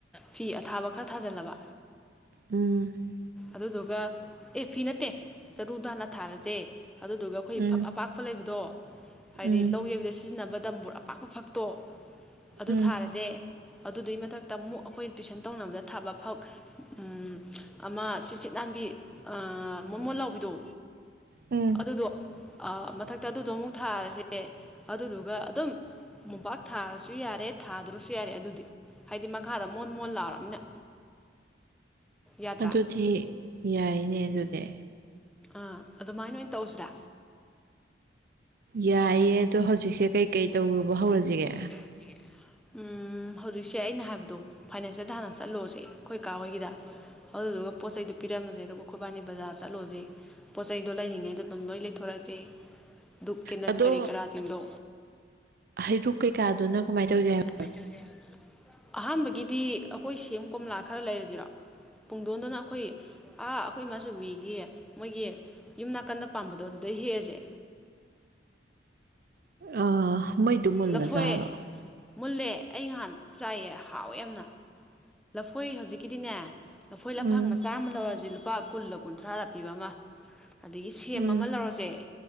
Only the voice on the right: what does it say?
ꯎꯝ
ꯎꯝ
ꯎꯝ
ꯎꯝ
ꯎꯝ
ꯑꯗꯨꯗꯤ ꯌꯥꯏꯅꯦ ꯑꯗꯨꯗꯤ
ꯌꯥꯏꯌꯦ ꯑꯗꯣ ꯍꯧꯖꯤꯛꯁꯦ ꯀꯩꯀꯩ ꯇꯧꯔꯨꯕ ꯍꯧꯔꯁꯤꯒꯦ
ꯑꯗꯣ
ꯍꯩꯔꯨꯛ ꯀꯩꯀꯥꯗꯨꯅ ꯀꯃꯥꯏ ꯇꯧꯖ ꯍꯥꯏ
ꯑꯥ <unintelligible> ꯃꯨꯜꯂ
ꯖꯥꯠꯂꯣ
ꯎꯝ
ꯎꯝ